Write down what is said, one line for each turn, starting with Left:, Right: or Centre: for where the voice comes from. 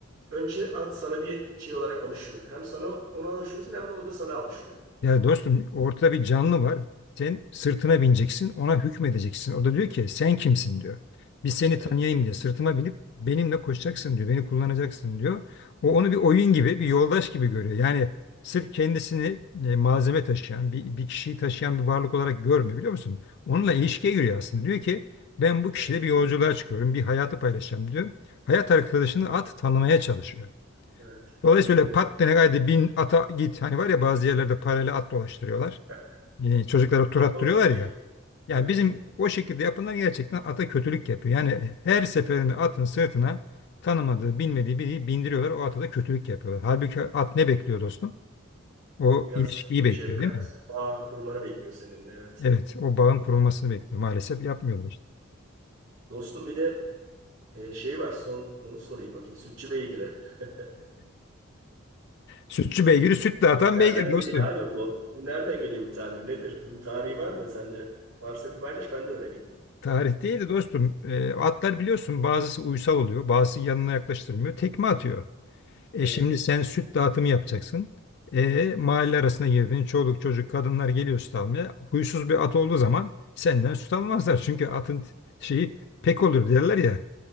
Right: önce at sana bir şey olarak alışıyor. Hem sana ona alışıyorsun hem de o da sana alışıyor.
Left: Ya dostum ortada bir canlı var. Sen sırtına bineceksin, ona hükmedeceksin. O da diyor ki sen kimsin diyor. Biz seni
Right: Evet,
Left: tanıyayım diye sırtıma binip benimle koşacaksın diyor. Beni kullanacaksın diyor. O onu bir oyun gibi, bir yoldaş gibi görüyor. Yani sırf kendisini e, malzeme taşıyan, bir, bir kişiyi taşıyan bir varlık olarak görmüyor biliyor musun? Onunla ilişkiye giriyor aslında. Diyor ki ben bu kişiyle
Right: evet,
Left: bir yolculuğa çıkıyorum, bir hayatı paylaşacağım diyor. Hayat arkadaşını at tanımaya çalışıyor.
Right: evet.
Left: Dolayısıyla
Right: Aynen öyle.
Left: öyle pat dene gaydi bin ata git. Hani var ya bazı yerlerde paralel at dolaştırıyorlar.
Right: <laughs>
Left: Ee, çocuklara tur attırıyorlar
Right: Doğru değil.
Left: ya. Yani
Right: Evet.
Left: bizim o şekilde yapılan gerçekten ata kötülük yapıyor. Yani her seferinde atın sırtına tanımadığı, bilmediği biri bindiriyorlar. O ata da kötülük yapıyorlar. Halbuki at ne bekliyor dostum? O
Right: Biraz
Left: ilişkiyi
Right: sevgi,
Left: bekliyor
Right: şefkat,
Left: değil mi?
Right: bağ kurmanı bekliyor senin. Evet.
Left: Evet, o bağın kurulmasını bekliyor. Maalesef yapmıyorlar işte.
Right: Dostum bir de e, şey var. Son onu sorayım bakayım. Sütçü beygiri. <laughs>
Left: Sütçü beygiri süt dağıtan
Right: Nereden
Left: beygir dostum.
Right: geliyor abi bu? Bu nereden geliyor bu tabir? Nedir? Bunun tarihi var mı? Sen de varsa bir paylaş ben de öğreneyim.
Left: Tarih değil de dostum. Ee, atlar biliyorsun bazısı uysal oluyor, bazısı yanına yaklaştırmıyor. Tekme atıyor. E
Right: Evet.
Left: şimdi sen süt dağıtımı yapacaksın. E mahalle arasına girdin. Çoluk çocuk kadınlar geliyor süt almaya. Huysuz bir at olduğu zaman senden süt almazlar. Çünkü atın t- şeyi pek olur derler ya